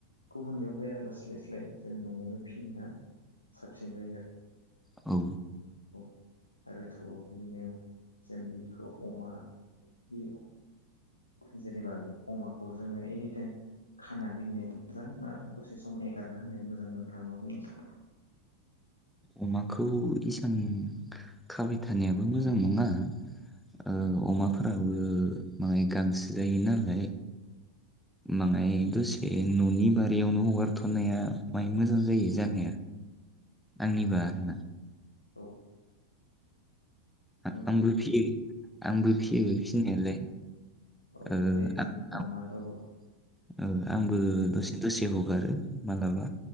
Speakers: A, on the left; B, in the centre.
A: गुबुननियाव बाया लास्लायस्लाय जेन न'आवनो फिसिनाया साबसिन जायो आरो
B: औ
A: औ आरो थ' बिदिनो जों बेखौ अमा बि जेनेबा बि अमाखौ जोङो एनिटाइम खाना दोननाया मोजां ना दसे सम एगारना होनाया मोजां नोंथाङा मा बुंनो सानो
B: अमाखौ इसां खाबाय थानायाबो मोजां नङा ओ अमाफोराबो माहाय गांसो जायो नालाय माङाय दसे न'नि बारियावनो हगारथ'नाया माय मोजां जायो जानाया आंनिबा आरोना
A: औ
B: आ
A: मोजाङानो
B: आंबो
A: जायो
B: फियो आंबो फिसियो फिनायालाय
A: औ
B: ओ
A: बे
B: आ
A: जों
B: आ
A: अमा दाउ
B: आंबो
A: बे
B: दसे दसे हग गारो मालाबा